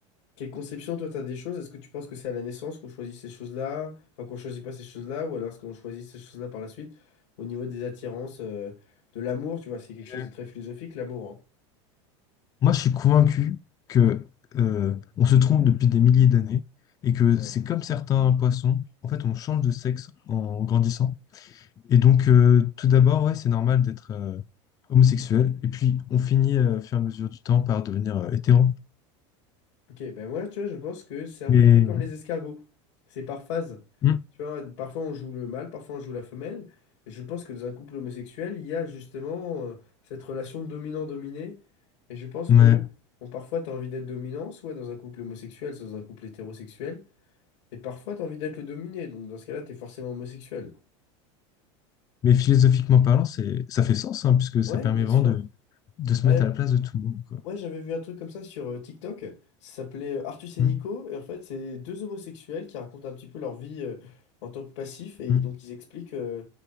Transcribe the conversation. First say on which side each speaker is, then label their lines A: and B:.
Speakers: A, on the left; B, on the left.
A: quelle conception toi t'as des choses? Est-ce que tu penses que c'est à la naissance qu'on choisit ces choses-là? Enfin, qu'on choisit pas ces choses-là, ou alors est-ce qu'on choisit ces choses-là par la suite? Au niveau des attirances, euh, de l'amour, tu vois, c'est quelque chose
B: Euh,
A: de très philosophique, l'amour, hein.
B: Moi, je suis convaincu que euh, on se trompe depuis des milliers d'années et que
A: Ouais.
B: c'est comme certains poissons. En fait, on change de sexe en grandissant. Et donc, euh, tout d'abord, ouais, c'est normal d'être euh, homosexuel. Et puis, on finit, euh, au fur et à mesure du temps, par devenir euh, hétéro.
A: Ok, ben moi, tu vois, je pense que c'est un
B: Mais,
A: petit peu comme les escargots. C'est par phase.
B: Mm.
A: Tu vois, parfois on joue le mâle, parfois on joue la femelle. Et je pense que dans un couple homosexuel, il y a justement euh, cette relation dominant-dominé. Et je pense
B: mais,
A: que, bon, parfois t'as envie d'être dominant, soit dans un couple homosexuel, soit dans un couple hétérosexuel. Et parfois t'as envie d'être le dominé. Donc dans ce cas-là, t'es forcément homosexuel.
B: mais philosophiquement parlant, c'est, ça fait sens, hein, puisque ça
A: Ouais,
B: permet
A: bien
B: vraiment
A: sûr.
B: de, de se
A: Ouais,
B: mettre à la place de tout le monde, quoi.
A: Ouais, j'avais vu un truc comme ça sur euh, TikTok. Ça s'appelait euh, Artus et
B: Mm.
A: Nico. Et en fait, c'est deux homosexuels qui racontent un petit peu leur vie euh, en tant que passif. Et
B: Mm.
A: donc, ils expliquent euh,